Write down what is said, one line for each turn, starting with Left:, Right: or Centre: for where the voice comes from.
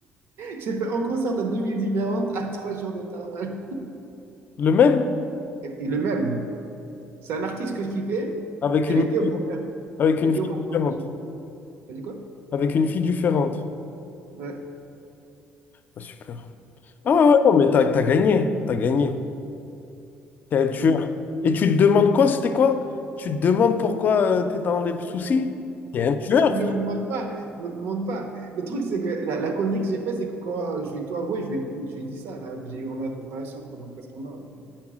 Right: J'ai fait un concert dans deux villes différentes à trois jours d'intervalle.
Left: Le même?
Right: Et, et le même. C'est un artiste que je kiffais.
Left: Avec
Right: Et
Left: une,
Right: les deux m'ont fait.
Left: avec une
Right: Les deux
Left: fille
Right: m'ont
Left: différente.
Right: fait. T'as dit quoi?
Left: Avec une fille différente.
Right: Ouais.
Left: Ah, super. Ah ouais, ouais, non, mais t'as, t'as gagné. T'as gagné. T'es un tueur.
Right: Que-
Left: Et tu te demandes quoi? C'était quoi? Tu te demandes pourquoi euh, t'es dans les soucis? T'es un tueur.
Right: Je me demande pas, je me demande pas. Le truc, c'est que la, la connerie que j'ai fait, c'est que quand je vais tout avouer, je vais tout, j'ai dit ça, là, que j'ai eu en relation pendant presque un an. avec une autre.